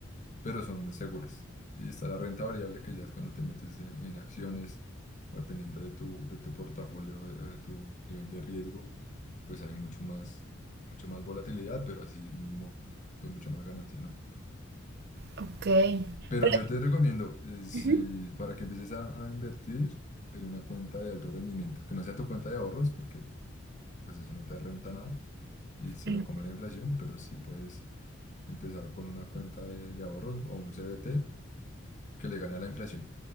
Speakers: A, on the left; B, on the right.
A: pero son seguras. Y está la renta variable que ya es cuando te metes en, en acciones o dependiendo de tu, de tu portafolio, de, de tu nivel de riesgo, pues hay mucho más, mucho más volatilidad, pero así mismo, pues mucha más ganancia, ¿no?
B: Ok.
A: Pero
B: Pero,
A: yo te recomiendo, eh, si
B: Ujú.
A: para que empieces a, a invertir en una cuenta de alto rendimiento, que no sea tu cuenta de ahorros, porque pues eso no te renta nada y se
B: mm,
A: lo come la inflación, pero sí puedes empezar con una cuenta de, de ahorros o un CDT que le gane a la inflación.